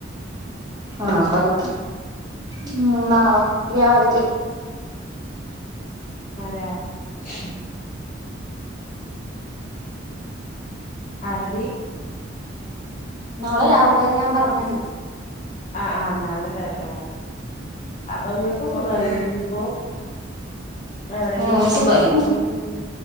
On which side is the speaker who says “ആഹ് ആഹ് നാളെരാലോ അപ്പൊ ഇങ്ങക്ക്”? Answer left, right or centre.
Left